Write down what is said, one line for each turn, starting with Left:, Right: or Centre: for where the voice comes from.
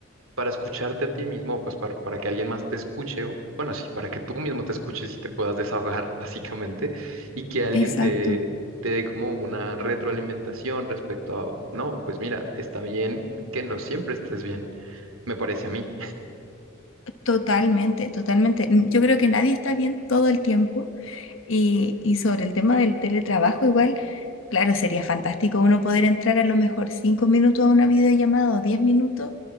Right: para escucharte a ti mismo, pues para, para que alguien más te escuche, o bueno, sí, para que tú mismo te escuches y te puedas desahogar, <laughs> básicamente, y que alguien
Left: Exacto,
Right: te, te dé como una retroalimentación respecto a, no, pues mira, está bien que no siempre estés bien, me parece a mí.
Left: totalmente, totalmente. Yo creo que nadie está bien todo el tiempo. Y, y sobre el tema del teletrabajo, igual, claro, sería fantástico uno poder entrar a lo mejor cinco minutos a una videollamada o diez minutos